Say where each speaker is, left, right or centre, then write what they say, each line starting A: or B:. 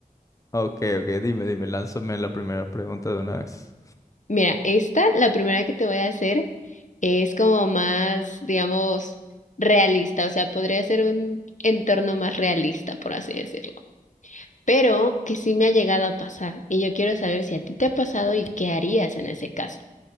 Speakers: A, on the left; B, on the left.
A: Ok, ok, dime, dime, lánzame la primera pregunta de una vez.
B: Mira, esta, la primera que te voy a hacer, es como más, digamos, realista, o sea, podría ser un entorno más realista, por así decirlo. pero que sí me ha llegado a pasar y yo quiero saber si a ti te ha pasado y qué harías en ese caso.